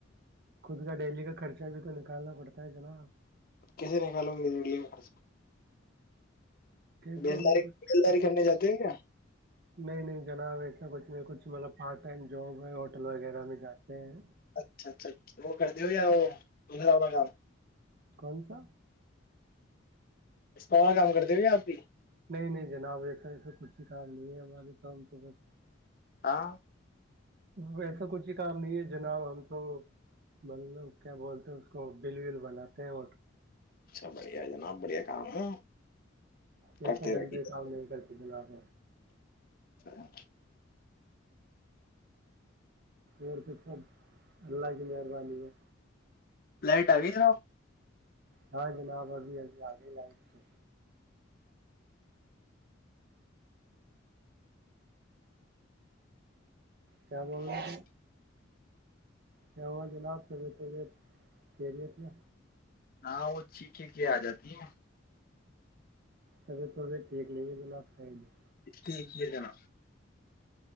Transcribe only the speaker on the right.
خود کا ڈیلی کا خرچہ بھی تو نکالنا پڑتا ہے جناب
کیسے
نہیں کچھ
نہیں نہیں جناب ایک چچ ما پارٹائم جو ب ہوٹل وغیرہ میں جاتے ہیں
کون سا
نہیں نہیں جناب ایسا ایسا کچھ ہی کام نہیں ہے ہمارے کاام تو بس
ویسا کچھ ہی کام نہیں ہے جناب ہم تو مطلب کیا بولتے ہیں اس کو بل ول بناتے ہیں ہ
جسا
گندے
کام نہیں کرتی جناب
اور پھر سب اللہ کی مہربانی ہے
ہاں جناب ابھی ابھی آگے لائک تو کیا بول رہے کیا ہوا جناب سب طبیت کیریت میں
اے تھوڑے ٹیک لیے گلا آپ ہے نہیں